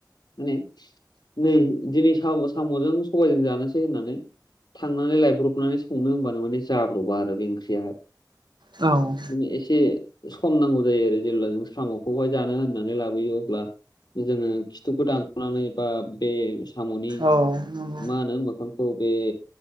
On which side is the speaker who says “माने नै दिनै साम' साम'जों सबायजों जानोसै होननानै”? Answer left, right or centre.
Left